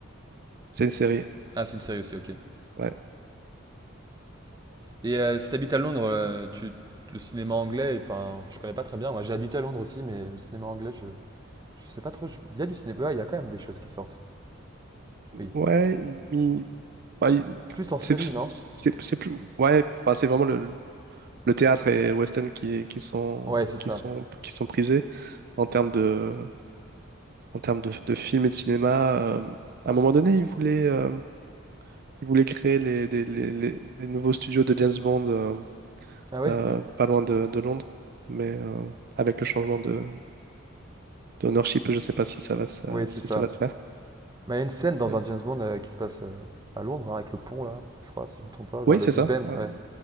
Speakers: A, on the right; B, on the right.
A: C'est une série.
B: Ah, c'est une série aussi, ok.
A: Ouais.
B: Et euh, si t'habites à Londres, euh, tu, le cinéma anglais, enfin, je connais pas très bien. Moi, j'ai habité à Londres aussi, mais le cinéma anglais, je, je sais pas trop. Je- Il y a du cinéma, ouais, il y a quand même des choses qui sortent. Oui.
A: Ouais, il- Bah, il-
B: Plus en série,
A: c'est c'est-
B: non?
A: c'est plus ouais bah, c'est vraiment le, le théâtre et West End qui, qui sont
B: Ouais, c'est ça.
A: qui sont qui sont prisés en termes de en termes de, de films et de cinéma euh, à un moment donné ils voulaient euh, ils voulaient créer les, des- les, les- les nouveaux studios de James Bond euh,
B: Ah ouais?
A: euh, pas loin de, de Londres mais euh, avec le changement de d'ownership je sais pas si ça va se,
B: Oui, c'est
A: si
B: ça.
A: ça va se faire
B: Mais il y a une scène dans
A: Euh,
B: un James Bond euh, qui se passe euh, à Londres, hein, avec le pont là, je crois, si je me trompe pas, vers
A: oui
B: le
A: c'est
B: Big
A: ça
B: Ben.
A: Euh,
B: Ouais.